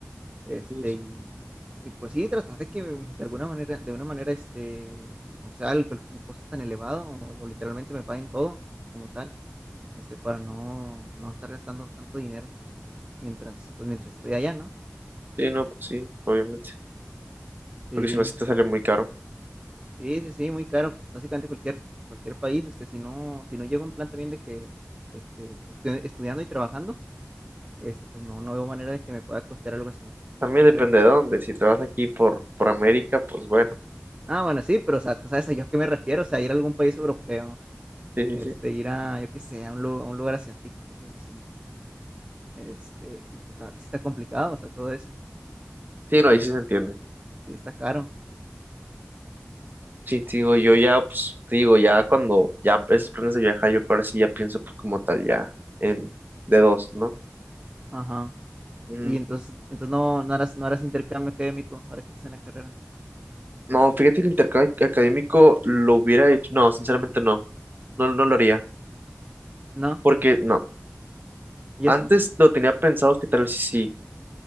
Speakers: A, on the right (about 20°); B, on the right (about 40°).
A: este,
B: Ujú.
A: y, y pues sí, tratar de que de alguna manera, de una manera, este, pues no sea el, el- un costo tan elevado, o, o literalmente me paguen todo como tal, este, para no, no estar gastando tanto dinero mientras, pues mientras estoy allá, ¿no?
B: Sí, no, pues sí, obviamente.
A: Sí,
B: Porque si no, sí te sale muy caro.
A: sí, sí, sí, muy caro, pues básicamente cualquier, cualquier país, este, si no, si no llego en plan también de que, este, estu- estudiando y trabajando, este, pues no, no veo manera de que me pueda costear algo así,
B: También
A: ¿no
B: depende
A: crees?
B: de dónde. Si te vas aquí por, por América, pues bueno.
A: Ah, bueno, sí, pero o sea, tú sabes a yo a qué me refiero, o sea, ir a algún país europeo,
B: Sí, sí,
A: este,
B: sí.
A: ir a, yo qué sé, a un, lu- a un lugar asiático, cosas así. Este, y pues la verdad sí está complicado, o sea, todo eso.
B: Sí, no, ahí sí se entiende.
A: Sí, está caro.
B: Sí, te digo, yo ya, pues, te digo, ya cuando ya esos planes de viajar, yo que ahora sí ya pienso pues, como tal, ya en de dos, ¿no?
A: Ajá.
B: Mm,
A: Y entonces, entonces no, no harás, no harás intercambio académico ahora que estás en la carrera.
B: no, fíjate que el intercambio académico lo hubiera hecho. No, sinceramente no. No, no lo haría.
A: ¿No?
B: Porque no.
A: ¿Y
B: Antes
A: eso?
B: lo tenía pensado que tal vez sí, sí.